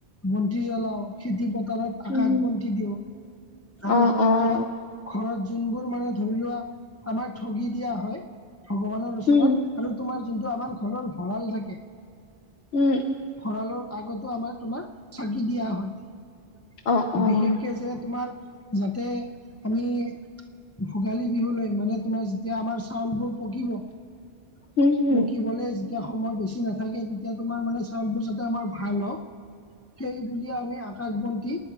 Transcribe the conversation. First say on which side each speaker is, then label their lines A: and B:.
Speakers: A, on the left (about 15°); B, on the left (about 80°).
A: বন্তি জ্বলাও খেতি পথাৰত আকাশ
B: উম, হুম,
A: বন্তি দিও আৰু
B: অ',
A: ধৰক
B: অ',
A: তোমাক ঘৰত যোনবোৰ মানে ধৰি লোৱা আমাৰ ঠগি দিয়া হয় ভগৱানৰ
B: হুম,
A: ওচৰত আৰু তোমাৰ যোনটো আমাৰ ঘৰৰ ভঁৰাল থাকে
B: উম'
A: ভঁৰালৰ আগতো আমাৰ তোমাৰ চাকি দিয়া হয়।
B: অ', অ',
A: বিশেষকে যে তোমাৰ যাতে আমি ভোগালী বিহু লৈ মানে তোমাৰ এতিয়া আমাৰ চাউলবোৰ পকিব
B: হুম, হুম,
A: পকিবলে তেতিয়া সময় বেছি নাথাকে তেতিয়া তোমাৰ মানে চাউলবোৰ যাতে আমাৰ ভাল হওক সেই বুলিয়ে আমি আকাশ বন্তি